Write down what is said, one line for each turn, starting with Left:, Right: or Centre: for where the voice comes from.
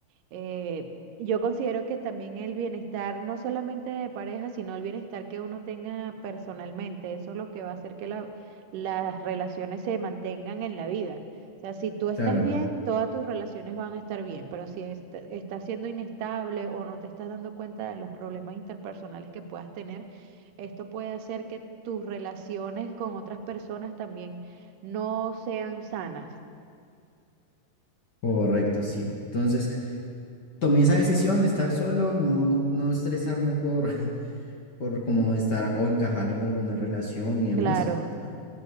Right: Eh, yo considero que también el bienestar, no solamente de pareja, sino el bienestar que uno tenga personalmente, eso es lo que va a hacer que la- las relaciones se mantengan en la vida. O sea, si tú estás
Left: claro,
Right: bien, todas tus relaciones van a estar bien, pero si est- estás siendo inestable o no te estás dando cuenta de los problemas interpersonales que puedas tener, esto puede hacer que tus relaciones con otras personas también no sean sanas.
Left: correcto, sí. Entonces tomé esa decisión de estar solo, no, no, no estresarme por, <laughs> por como estar o encajar en alguna relación y demás,
Right: Claro,
Left: a-